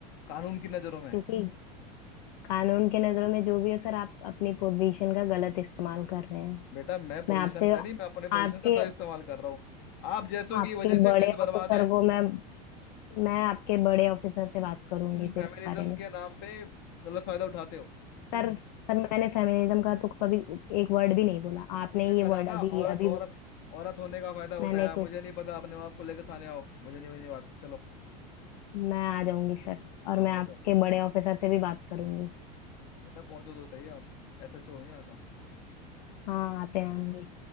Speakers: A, on the left; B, on the left.
A: कानून की नजरों में
B: क्योंकि कानून के नजरों में जो भी हो सर आप अपनी पोजीशन का गलत इस्तेमाल कर रहे हैं
A: बेटा मैं पोजीशन
B: मैं आपसे
A: का नहीं मैं अपने
B: आपके
A: पोजीशन का सही इस्तेमाल कर रहा हूँ आप जैसों
B: आपके
A: की वजह
B: बड़े
A: से देश बर्बाद
B: ऑफिसर
A: है
B: को मैं मैं आपके बड़े ऑफिसर
A: तुम
B: से बात करूंगी
A: तुम
B: फिर
A: फेमिनिज्म
B: इस बारे में
A: के नाम पे गलत फायदा उठाते हो
B: सर सर मैंने फेमिनिज्म का तो कभी एक वर्ड भी नहीं बोला आपने
A: तुमने
B: ये
A: करा
B: वर्ड
A: ना
B: अभी
A: औरत
B: अभी वो
A: औरत औरत होने का फायदा उठाया
B: मैंने
A: मुझे
B: कुछ
A: नहीं पता अपने माँ बाप को लेकर थाने आओ मुझे नहीं बनी बात चलो
B: मैं आ जाऊंगी सर और
A: हाँ
B: मैं
A: पहुंचो
B: आपके बड़े ऑफिसर से भी बात करूंगी
A: बेटा पहुंचो तो सही आप ऐसा छोड़ो यहाँ
B: हाँ आते हैं हम भी